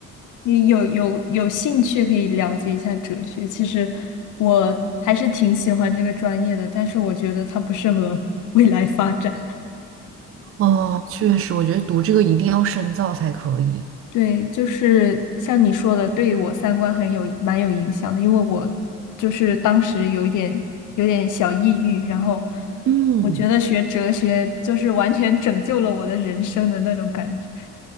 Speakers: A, on the left; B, on the right.
A: 你有有有兴趣可以了解一下哲学，其实我还是挺喜欢这个专业的，但是我觉得它不适合未来发展。
B: 哦，确实，我觉得读这个一定要深造才可以。
A: 对，就是像你说的，对于我三观很有蛮有影响的，因为我就是当时有一点有点小抑郁，然后
B: 嗯，
A: 我觉得学哲学就是完全拯救了我的人生的那种感觉，